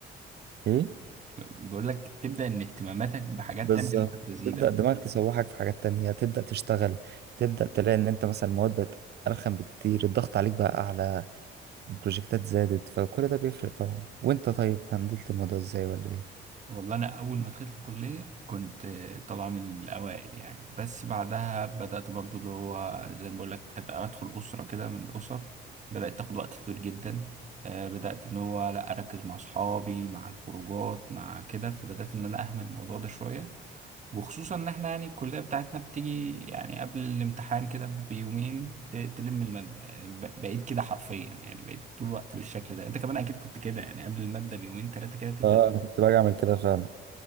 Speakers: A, on the right; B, on the right.
A: ايه
B: بقول لك تبدأ إن اهتماماتك بحاجات
A: بالظبط
B: تانية مثلا تزيد
A: تبدأ دماغك تسوحك في حاجات تانية تبدأ تشتغل تبدأ تلاقي إن أنت مثلا المواد بقت أرخم بكتير الضغط عليك بقى أعلى البروجكتات زادت فكل ده بيفرق طبعا وأنت طيب هندلت الموضوع إزاي ولا إيه؟
B: والله انا اول ما دخلت الكليه كنت آه، طالع من الاوائل يعني بس بعدها بدات برضو اللي هو زي ما بقول لك أد- ادخل اسره كده من الاسر بدات تاخد وقت طويل جدا آه، بدات ان هو لا اركز مع اصحابي مع الخروجات مع كده فبدات ان انا اهمل الموضوع ده شويه وخصوصا ان احنا يعني الكليه بتاعتنا بتيجي يعني قبل الامتحان كده بيومين ت- تلم الماده يعني ب- بقيت كده حرفيا يعني بقيت طول الوقت بالشكل ده انت كمان اكيد كنت كده يعني قبل الماده بيومين ثلاثه كده تبدا
A: آه أنا كنت باجي أعمل كده فعلا